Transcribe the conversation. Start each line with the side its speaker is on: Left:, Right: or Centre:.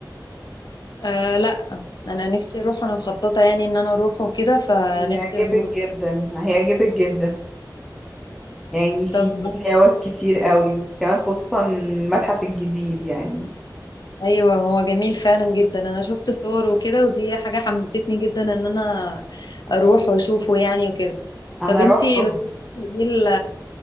Left: آه لا انا نفسي اروح انا مخططه يعني ان انا اروح وكده فنفسي
Centre: هيعجبك
Left: ازوره
Centre: جدا هيعجبك جدا يعني فيه
Left: طب
Centre: مومياوات كتير قوي وكمان خصوصا المتحف الجديد يعني
Left: ايوه هو جميل فعلا جدا انا شفت صور وكده ودي حاجه حمستني جدا ان انا اروح واشوفه يعني وكده
Centre: انا
Left: طب انتي
Centre: روحته
Left: بتحبي ايه ال-